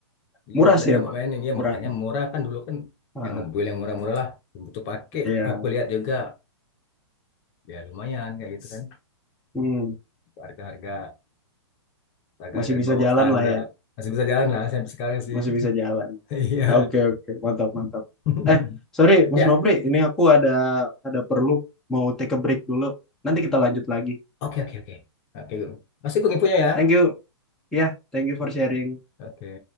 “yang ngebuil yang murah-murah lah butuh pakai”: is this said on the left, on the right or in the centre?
Left